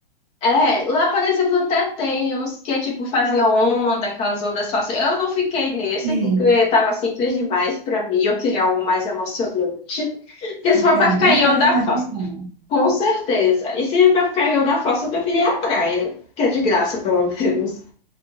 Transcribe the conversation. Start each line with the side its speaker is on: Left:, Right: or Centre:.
Left: É, lá, por exemplo, até tem uns que, tipo, faziam onda, aquelas ondas falsas. Eu não fiquei nesse
Right: Sim,
Left: porque tava simples demais pra mim, eu queria algo mais emocionante. Porque
Right: você
Left: se for
Right: é
Left: pra
Right: bem
Left: ficar em
Right: mais
Left: onda
Right: radical.
Left: falsa, com certeza. E se for pra ficar em onda falsa, eu preferia a praia, que é de graça, pelo menos.